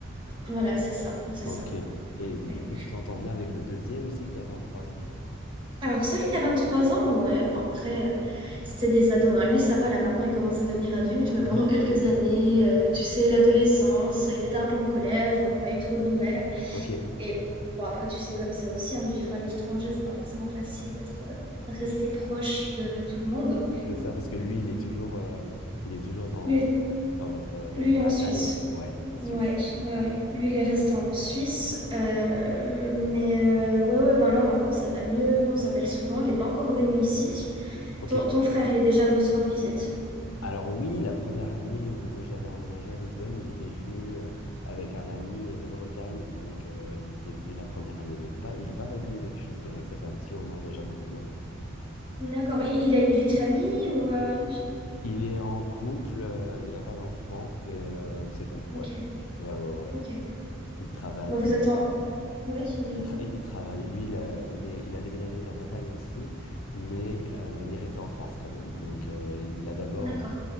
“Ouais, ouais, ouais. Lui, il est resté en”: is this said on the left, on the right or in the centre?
Right